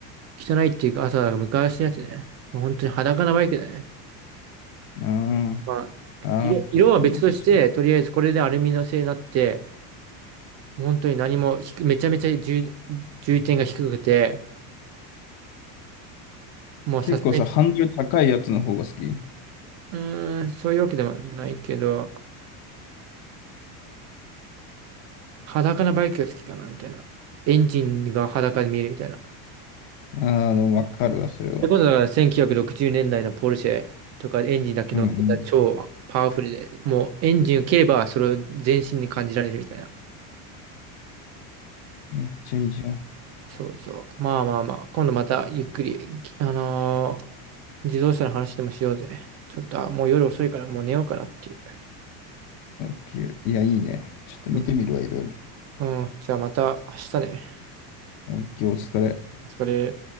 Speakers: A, on the right (about 35°); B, on the left (about 50°).
A: 汚いっていうか、あ、そうだ、昔のやつね。もう本当に裸なバイクだね。
B: あ
A: まあ、
B: あ、ああ、
A: 色、色は別として、
B: かっこいいね、確かに。
A: とりあえずこれでアルミの製になって、本当に何も低めちゃめちゃ重、重点が低くて、もうさすがに、
B: 結構さ、ハンドル高いやつの方が好き。
A: うーん、そういうわけでもないけど、裸なバイクが好きかな、みたいな。エンジンが裸で見えるみたいな。そ
B: ああ、でもわかるわ、それは。
A: いうことだから1960年代のポルシェとかエンジンだけ乗ってた超パワフルで、
B: うんうん。
A: もうエンジンを切ればそれを全身に感じられるみたいな。
B: めっちゃいいじゃん。
A: そうそう。まあまあまあ、今度またゆっくり、あのー自動車の話でもしようぜ。ちょっと、あ、もう夜遅いからもう寝ようかなっていう。
B: オッケー。いや、いいね。ちょっと見てみるわ、
A: う
B: いろいろ。
A: ん、うんじゃあまた明日ね。
B: オッケー、お疲れ。
A: お疲れ。